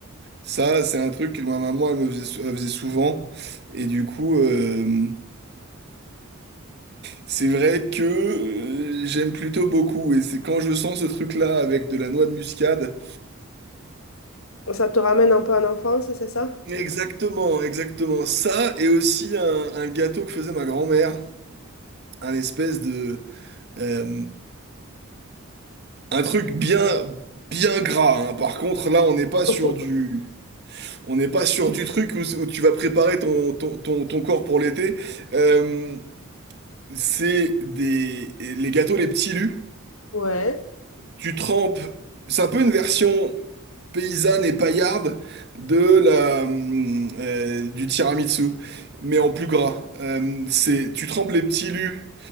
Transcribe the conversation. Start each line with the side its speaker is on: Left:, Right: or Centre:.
Right: Ça, c'est un truc que ma maman, elle me faisait, elle faisait souvent. Et du coup... euh, C'est vrai que euh, j'aime plutôt beaucoup et c'est quand je sens ce truc-là avec de la noix de muscade.
Left: ça te ramène un peu en enfance, c'est ça?
Right: Exactement, exactement. Ça et aussi un, un gâteau que faisait ma grand-mère, un espèce de euh, un truc bien bien gras. hein. Par contre, là, on n'est pas
Left: <laughs>
Right: sur du on n'est pas sur du truc où, où tu vas préparer ton ton, ton, ton corps pour l'été. Euh, c'est des les gâteaux les petits lus.
Left: Ouais,
Right: Tu trempes. C'est un peu une version. paysanne et paillarde de la, hum, euh, du tiramisu, mais en plus gras. Euh, c'est, tu trempes les petits lus